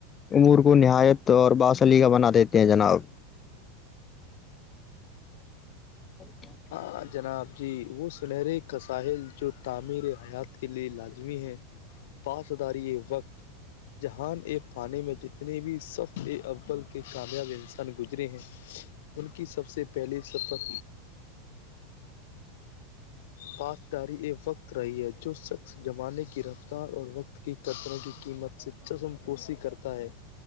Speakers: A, on the left (about 25°); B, on the left (about 70°).
A: امور کو نہایت اور باسلی کا بنا دیتے کہنے جناب اچکا
B: ہاں جناب جی وہ سنہرے کاسحل جو تعمیرحیات کے لیے لازمی ہے پاو سدرییجنہن ایک پانی میں جیتنے بصفے اول کی کامیابی گزرے ہیں ان کی سب سےپہلے سفال پسداری یہ وقت رہی ہے جو شخص زمانے کی رفتار اور وقت کی قدروں کی قیمت سے چسم پوسی کرتا ہے